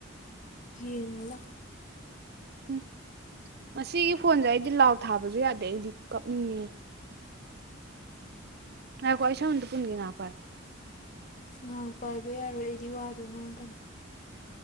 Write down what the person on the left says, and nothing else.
ꯌꯦꯉꯒ
ꯁꯎ ꯄꯥꯏꯕ ꯌꯥꯔꯣꯏ ꯑꯩꯗꯤ ꯋꯥꯗꯣ ꯉꯥꯡꯒꯅꯤ